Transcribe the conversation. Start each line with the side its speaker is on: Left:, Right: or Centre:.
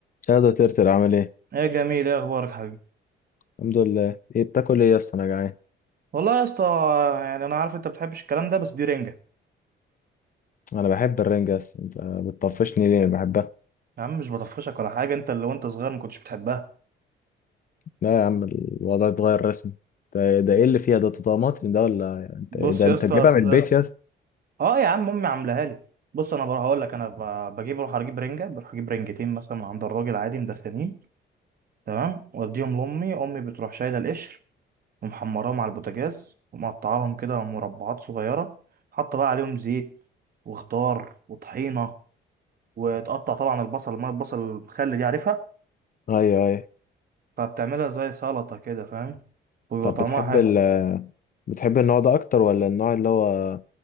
Left: شادو ترتر عامل ايه
Right: ايه جميل ايه اخبارك حبيبي
Left: الحمد لله ايه بتاكل ايه يا اسطى انا جعان
Right: والله يا اسطى يعني انا عارف انت بتحبش الكلام ده بس دي رنجه
Left: انا بحب الرنجة يا اسطى انت بتطفشني ليه بحبها
Right: يا عم مش بطفشك ولا حاجه انت اللي وانت صغير ما كنتش بتحبها
Left: لا يا عم الوضع اتغير رسمي ده, ده ايه اللي فيها ده طماطم ده ولا انت
Right: بص
Left: ده
Right: يا
Left: انت
Right: اسطى
Left: جايبها
Right: اصل
Left: من البيت يا اسطى
Right: اه يا عم امي عاملاها لي بص انا بروح هقول لك انا ب- بجيب اروح اجيب رنجه بروح اجيب رنجتين مثلا من عند الراجل عادي مدخنين تمام واديهم لامي امي بتروح شايله القشر ومحمراهم على البوتاجاز ومقطعاهم كده مربعات صغيره حاطه بقى عليهم زيت وخضار وطحينه وتقطع طبعا البصل ما البصل الخل دي عارفها
Left: ايوه ايوه
Right: فبتعملها زي سلطة كده فاهم ويبقى
Left: طب
Right: طعمها
Left: بتحب
Right: حلو
Left: ال بتحب النوع ده اكتر ولا النوع اللي هو